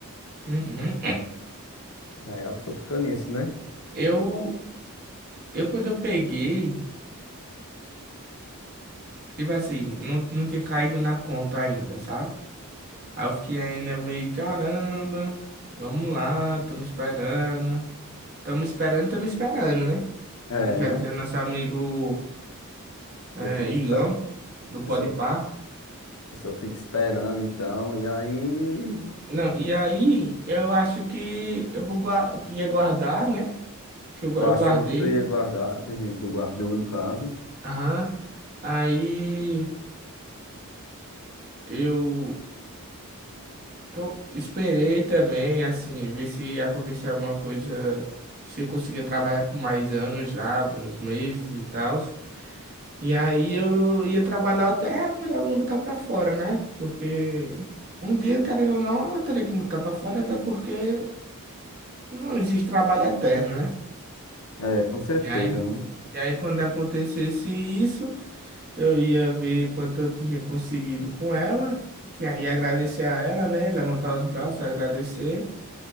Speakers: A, on the right; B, on the left.
A: Uhum.
B: E aí a pessoa fica nisso, né?
A: <clears throat> Eu, eu quando eu peguei, tipo assim, não, não tinha caído na conta ainda, sabe? Aí eu fiquei ainda meio, caramba, vamos lá, tamo esperando. Tamo esperando, tamo esperando, né?
B: É,
A: Como já
B: né?
A: dizia
B: A
A: nosso amigo é,
B: pessoa fica,
A: Igão,
B: espe- a
A: do Podpah.
B: pessoa- a pessoa fica esperando e tal, e aí.
A: Não, e aí eu acho que eu vou gua- ia guardar, né? Que eu, gua-
B: Tu
A: eu
B: achou
A: guardei.
B: que tu ia guardar, assim, tu guardou no caso.
A: Aham. Aí eu Tô, esperei também, assim, ver se acontecia alguma coisa, se eu conseguia trabalhar por mais anos lá, alguns meses e tal. E aí eu ia trabalhar até a mulher me botar pra fora, né? Porque um dia, querendo ou não, ela teria que me botar pra fora, até porque não existe trabalho eterno, né?
B: É, com certeza,
A: E aí,
B: né?
A: e aí quando acontecesse isso, eu ia ver quanto eu tinha conseguido com ela, que aí agradecer a ela, né? Levantar os braços, agradecer.